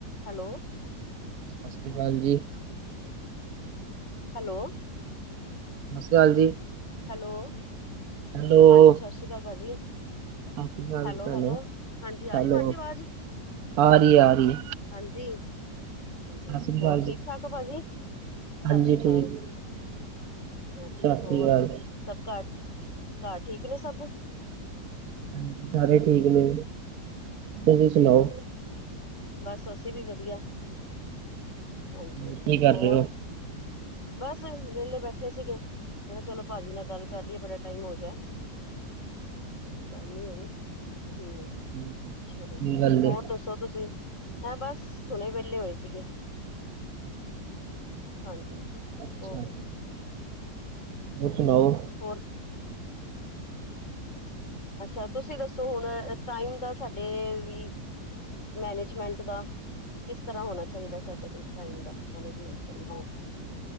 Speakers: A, on the left (about 45°); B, on the right (about 60°).
A: Hello.
B: ਸਤਿ ਸ਼੍ਰੀ ਅਕਾਲ ਜੀ।
A: ਹੈਲੋ
B: ਸਤਿ ਸ਼੍ਰੀ ਅਕਾਲ ਜੀ।
A: Hello
B: hello.
A: ਹਾਂਜੀ ਸਤਿ ਸ਼੍ਰੀ ਅਕਾਲ ਪਾਜੀ।
B: ਸਤਿ ਸ੍ਰੀ ਅਕਾਲ
A: ਹੈਲੋ-ਹੈਲੋ
B: ਭੈਣੇ,
A: ਹਾਂਜੀ ਆ
B: ਹੈਲੋ
A: ਰਹੀ ਪਾਜੀ ਆਵਾਜ਼
B: ਆ ਰਹੀ
A: ਹਾਂ
B: ਆ ਰਹੀ,
A: ਹਾਂਜੀ ਅੱਛਾ
B: ਸਤਿ ਸ੍ਰੀ
A: ਹੋਰ
B: ਅਕਾਲ
A: ਠੀਕ-ਠਾਕ
B: ਜੀ।
A: ਪਾਜੀ
B: ਹਾਂਜੀ
A: ਸਤਿ ਸ੍ਰੀ ਅਕਾਲ।
B: ਠੀਕ,
A: ਹ
B: ਸਤਿ
A: ਹੋਰ
B: ਸ੍ਰੀ ਅਕਾਲ,
A: ਸਭ ਘਾਰ ਘਾਰ ਠੀਕ ਨੇ ਸਭ
B: ਹਾਂਜੀ ਸਾਰੇ ਠੀਕ ਨੇ। ਤੁਸੀਂ
A: ਅੱਛਾ
B: ਸੁਣਾਓ,
A: ਜੀ ਬਸ ਅਸੀਂ ਵੀ ਵਧੀਆ ਹਾਂਜੀ
B: ਹੋਰ ਕੀ ਕਰ
A: ਹੋਰ
B: ਰਹੇ ਹੋ?
A: ਬਸ ਵਿਹਲੇ ਬੈਠੇ ਸੀਗੇ। ਕਿੰਦਾ ਚਲੋ ਪਾਜੀ ਨਾਲ ਗੱਲ ਕਰ ਲਈਏ ਬੜਾ ਟਾਈਮ ਹੋ ਗਿਆ। ਗੱਲ ਨੀ ਹੋਈ ਹੂੰ
B: ਕੀ
A: ਚਲੋ
B: ਗੱਲ
A: ਹੋਰ
B: ਏ,
A: ਦੱਸੋ ਤੁਸੀਂ ਹੈਂ ਬਸ ਹੁਣੇ ਵਿਹਲੇ ਹੋਏ ਸੀਗੇ। ਹਾਂਜੀ।
B: ਅੱਛਾ
A: ਹੋਰ?
B: ਹੋਰ ਸੁਣਾਓ?
A: ਹੋਰ ਅੱਛਾ ਤੁਸੀਂ ਦੱਸੋ ਹੁਣ ਟਾਈਮ ਦਾ ਸਾਡੇ ਵੀ ਮੈਨੇਜਮੈਂਟ ਦਾ। ਕਿਸ ਤਰ੍ਹਾਂ ਹੋਣਾ ਚਾਹੀਦਾ ਸਾਡੇ ਲਈ ਟਾਇਮ ਦਾ ਮੈਨੇਜਮੈਂਟ ਕਰਨਾ ਹੋਵੇ ਤੇ